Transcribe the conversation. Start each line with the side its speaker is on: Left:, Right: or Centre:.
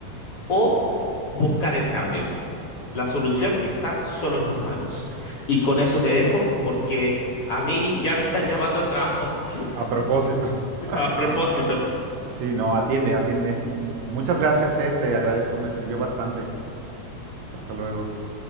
Left: ¿O buscar el cambio? La solución está solo en tus manos. Y con eso te dejo porque a mí ya me están llamando al trabajo. <laughs>
Right: A propósito. <laughs>
Left: A propósito.
Right: Sí, no, atiende, atiende. Muchas gracias, eh, te agradezco, me sirvió bastante. Hasta luego.